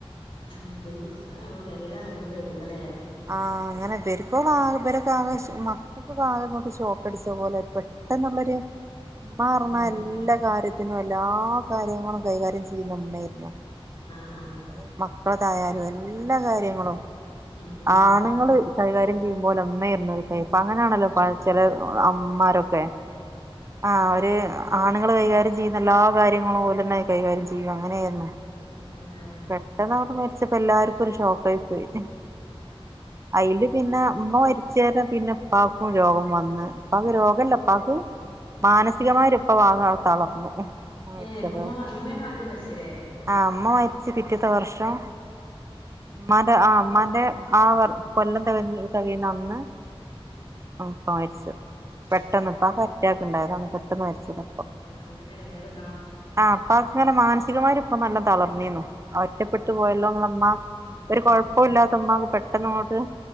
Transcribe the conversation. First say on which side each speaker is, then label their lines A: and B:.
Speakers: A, on the left; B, on the right.
A: ഉം. ഉമ് <unintelligible> ഗതിയേടാണ് നമുക്ക് കേക്കുമ്പ ല്ലേ.
B: ആഹ് അങ്ങനെ ഇവര്ക്കോളാകെ ഇവരൊക്കെ ആകെ ഷ് മക്കക്കൊക്കാകെ ഇങ്ങോട്ട് ഷോക്കടിച്ച പോലെ പെ ട്ടെന്നുള്ളൊര് ഉമ്മാ പറ്ഞ്ഞാ
A: ഉം
B: എല്ലാ കാര്യ ത്തിനും എല്ലാ കാര്യങ്ങളും കൈകാര്യം ചെയ്യുന്ന ഉമ്മേര്ന്നു.
A: ആഹ് ആഹ്.
B: എഹ് മക്കളെതായാലും എല്ലാ കാര്യങ്ങളും
A: ഉം ഉം
B: ആണുങ്ങള്. കൈകാര്യം ചെയ്യുമ്പോലെ ഉമ്മേര്ന്നു കൈ ഇപ്പൊ അങ്ങനേണല്ലോ പ്പ ചെല അമ്മാരൊ ക്കെ. ആഹ് അവര് ആണുങ്ങൾ കൈകാര്യം ചെയ്യുന്ന എല്ലാ കാര്യങ്ങളും ഓലെന്നെ കൈകാര്യം ചെയ്യും അങ്ങനേര്ന്നു.
A: ഉം ഉം ഉം.
B: പെട്ടെന്നങ്ങട്ട് മരിച്ചപ്പോ എല്ലാർക്കും ഒരു ഷോക്കായി പോയി.
A: ആഹ്.
B: അയ്ല് പിന്നെ ഉമ്മ മരിച്ചേരെ പിന്നെ ഉപ്പാക്കും രോഗം വന്ന്. ഉപ്പാക്ക് രോഗല്ല. ഉപ്പാക്ക് മാനസികമായൊര് ഉപ്പ ഭാഗം തളർന്നു. ഉമ്മ മരിച്ചപ്പം.
A: ഏഹ് ഇപ്പൊ ഉമ്മ ഉമ്മയാണ് ആദ്യം മരിച്ചല്ലേ
B: ആഹ് ഉമ്മ മരിച്ച് പിറ്റത്തെ വർഷം.
A: ഉം.
B: ഉമ്മാന്റെ ആഹ് ഉമ്മാന്റെ ആ വർ കൊല്ലം തെകഞ് തെകയുന്ന അന്ന്. ആഹ് ഉപ്പ മരിച്ച്. പെട്ടെന്ന്
A: ആഹ്
B: ഇപ്പാക്ക് അറ്റാക്ക് ഇണ്ടായതാണ് പെട്ടെന്ന് മരിച്ചതാ ഇപ്പ.
A: അങ്ങനെ എടങ്ങേറുണ്ടാവും
B: ആഹ് ഉപ്പാക്ക് ങ്ങനെ മാനസികമായിരും ഇപ്പ നല്ലം തളർന്നീന്നു. ഒറ്റപ്പെട്ട് പോയല്ലോ ന്ന്ള്ളെ ഇമ്മ
A: ഉം
B: ഒരു
A: ഉം
B: കൊഴപ്പു ഇല്ലാത്ത ഇമ്മാക്ക് പെട്ടെന്നങ്ങോട്ട്.